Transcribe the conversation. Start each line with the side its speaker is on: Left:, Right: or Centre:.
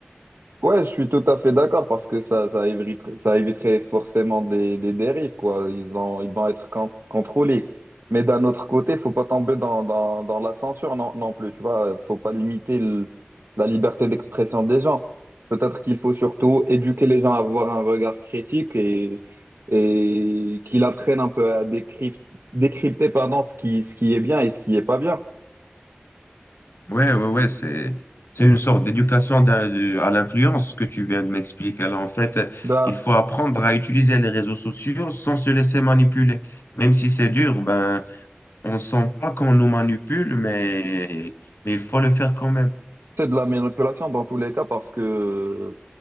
Right: Ouais, je suis tout à fait d'accord parce que ça, ça éviterait, ça éviterait forcément des, des dérives, quoi. Ils vont, ils vont être con- contrôlés. Mais d'un autre côté, faut pas tomber dans, dans, dans la censure non, non plus, tu vois. Faut pas limiter le- la liberté d'expression des gens. Peut-être qu'il faut surtout éduquer les gens à avoir un regard critique et, et qu'ils apprennent un peu à décrypter, décrypter, pardon, ce qui, ce qui est bien et ce qui est pas bien.
Left: Ouais, ouais, ouais, c'est, c'est une sorte d'éducation d'un- de- à l'influence que tu viens de m'expliquer. Alors, en fait, euh,
Right: Bah,
Left: il faut apprendre à utiliser les réseaux sociaux sans se laisser manipuler. Même si c'est dur, ben, on sent pas qu'on nous manipule, mais, mais il faut le faire quand même.
Right: C'est de la manipulation dans tous les cas parce que